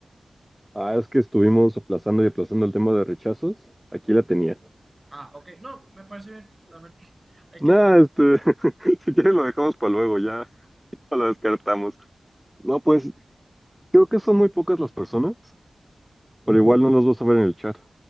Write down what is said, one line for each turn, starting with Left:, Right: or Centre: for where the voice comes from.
Centre: Ah, es que estuvimos aplazando y aplazando el tema de rechazos. Aquí la tenía.
Right: Ah, ok, no, me parece bien, también hay
Centre: Nah,
Right: que darle.
Centre: este, <laughs> si quieres lo dejamos para luego, ya <laughs> lo descartamos. No, pues creo que son muy pocas las personas, pero igual no los vas a ver en el chat,